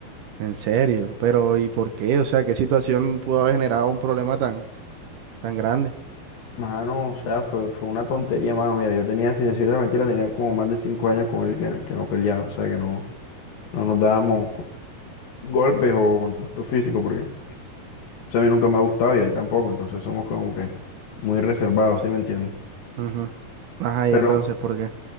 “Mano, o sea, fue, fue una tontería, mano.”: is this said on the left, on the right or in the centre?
Left